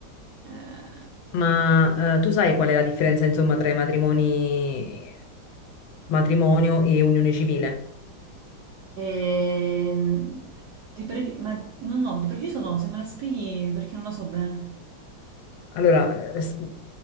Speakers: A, on the right (about 80°); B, on the left (about 80°).
A: Eh,
B: Ma eh, tu sai qual è la differenza, insomma, tra i matrimoni, matrimonio e unione civile?
A: ehm, di pre- ma no, no, di preciso no, se me la spieghi perché non la so bene.
B: Allora, eh, s-